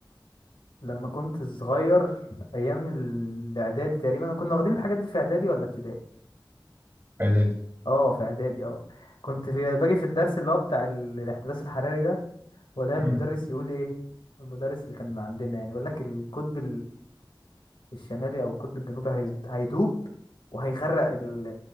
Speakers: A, on the left (about 80°); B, on the right (about 30°).
A: لما كنت صغير ايام الاعدادي تقريبا انا كنا واخدين الحاجات دي في اعدادي ولا ابتدائي
B: الفايدة دي
A: اه في اعدادي اه كنت في باجي في الدرس اللي هو بتاع ال- الاحتباس الحراري ده ولا
B: مم.
A: المدرس يقول ايه المدرس اللي كان عندنا يعني يقول لك القطب الشمالي او القطب الجنوبي هيز- هيدوب وهيغرق ال...